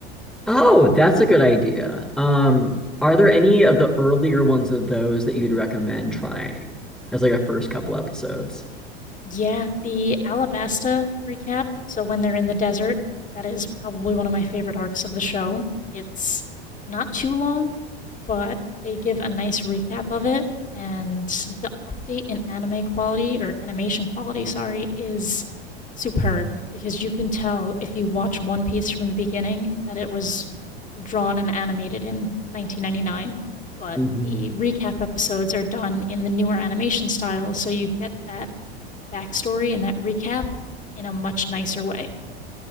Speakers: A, in the centre; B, on the left (about 25°).
A: Oh, that's a good idea. Um, are there any of the earlier ones of those that you'd recommend trying as like a first couple episodes?
B: Yeah, the Alabasta recap. So when they're in the desert, that is probably one of my favorite arcs of the show. It's not too long, but they give a nice recap of it. And the update in anime quality or animation quality, sorry, is superb because you can tell if you watch One Piece from the beginning that it was drawn and animated in 1999. But
A: Mhm.
B: the recap episodes are done in the newer animation style, so you get that backstory and that recap in a much nicer way.